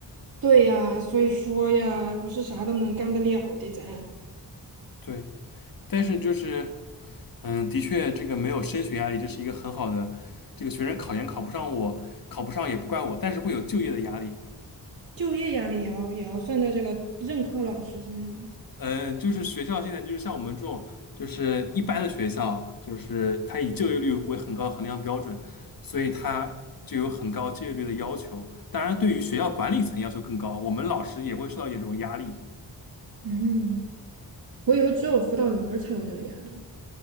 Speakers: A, on the right; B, on the left.
A: 对呀，所以说呀，不是啥都能干得了的，咱。
B: 对，但是就是，嗯，的确这个没有升学压力，这是一个很好的，这个学生考研考不上我，考不上也不怪我，但是会有就业的压力。
A: 就业压力也要也要算在这个任课老师身上吗？
B: 呃，就是学校现在就是像我们这种，就是一般的学校，就是它以就业率为很高衡量标准，所以它就有很高就业率的要求。当然，对于学校管理层要求更高，我们老师也会受到严重压力。
A: 嗯，我以为只有辅导员儿才有这个压力。